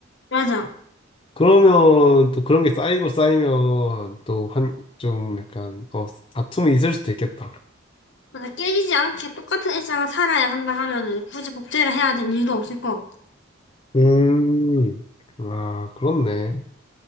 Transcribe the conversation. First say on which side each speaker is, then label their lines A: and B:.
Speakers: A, on the left (about 60°); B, on the left (about 25°).
A: 맞아.
B: 그러면 또 그런 게 쌓이고 쌓이면 또 한 좀 약간 어 다툼이 있을 수도 있겠다.
A: 맞아. 깨지지 않게 똑같은 일상을 살아야 한다 하면은 굳이 복제를 해야 될 이유도 없을 것 같고.
B: 음, 아 그렇네.